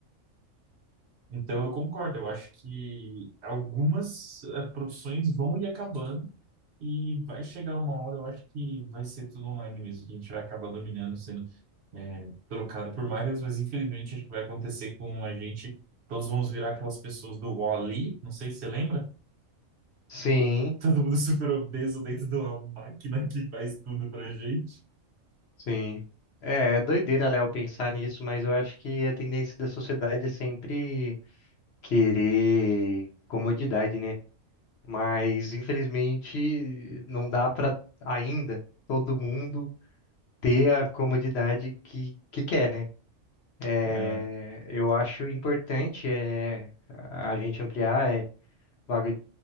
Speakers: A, on the right; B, on the left.
A: Então, eu concordo. Eu acho que algumas eh, profissões vão ir acabando e vai chegar uma hora, eu acho que vai ser tudo online mesmo, que a gente vai acabar dominando, sendo eh, trocado por máquinas, mas infelizmente acho que vai acontecer com a gente. Todos vamos virar aquelas pessoas do Wall-E, não sei se você lembra?
B: Sim,
A: <laughs> Todo mundo super obeso dentro de uma máquina que faz tudo pra gente.
B: sim. É, é doideira, Léo, pensar nisso, mas eu acho que a tendência da sociedade é sempre querer comodidade, né? Mas, infelizmente, não dá para ainda todo mundo ter a comodidade que, que quer, né? É,
A: É.
B: eu acho importante é, a gente ampliar é, vaga